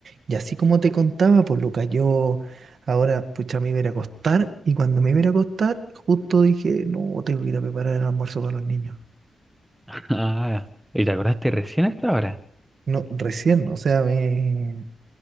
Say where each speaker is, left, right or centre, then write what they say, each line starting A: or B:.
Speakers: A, on the right; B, in the centre.
A: Y así como te contaba, pues Lucas, yo ahora, pucha, me iba a ir a acostar y cuando me iba a ir a acostar, justo dije, no, tengo que ir a preparar el almuerzo para los niños.
B: Ah, ¿y te acordaste recién hasta ahora?
A: No, recién, o sea, me...